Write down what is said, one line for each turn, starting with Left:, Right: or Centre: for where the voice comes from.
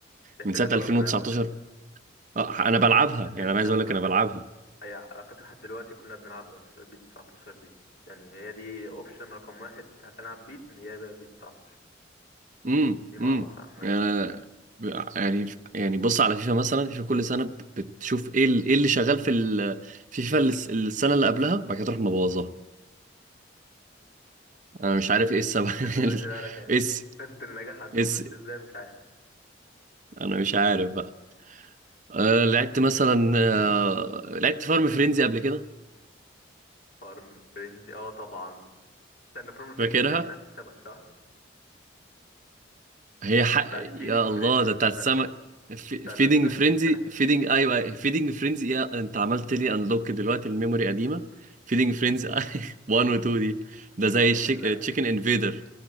Left: تحس
Right: من سنه
Left: ان هي بره
Right: 2019
Left: منافسه
Right: اه انا بلعبها
Left: ما
Right: يعني
Left: فيش
Right: انا عايز
Left: عامه
Right: اقول لك انا بلعبها
Left: ها؟ اي على فكره لحد دلوقتي كلنا بنلعبها في بيس 19 دي يعني هي دي اوبشن رقم واحد هتلعب بيس ان هي بيس 19
Right: امم
Left: دي معروفه
Right: امم
Left: عامه
Right: يعني
Left: يعني
Right: أنا- يعني يعني بص على فيفا مثلا فيفا كل سنه ب- بتشوف ايه ال- ايه اللي شغال في ال- فيفا الس- السنه اللي قبلها بعد كده تروح مبوظاها انا مش عارف ايه السبب
Left: تبقى مش فعلا
Right: <laughs>
Left: يعني
Right: اس
Left: خدت النجاح عندهم
Right: اس
Left: مش ازاي مش عارف
Right: انا مش عارف بقى أه لعبت مثلا أه
Left: <laughs>
Right: لعبت فارم فرينزي قبل كده
Left: فارم فرينزي اه طبعا استنى فارم فرينزي
Right: فاكرها
Left: اللي هي بتاعت السمك صح؟
Right: هي حق
Left: لا
Right: يا
Left: دي فيدنج
Right: الله
Left: فرينزي
Right: ده بتاعت
Left: استنى
Right: السمك
Left: استنى
Right: فيدنج
Left: استنى
Right: فرينزي
Left: <laughs>
Right: فيدنج ايوه فيدنج فرينزي يا انت عملت لي انلوك دلوقتي الميموري قديمه فيدنج فرينزي <laughs> 1 و 2 دي ده زي
Left: اه يا لهوي
Right: تشيكن انفيدر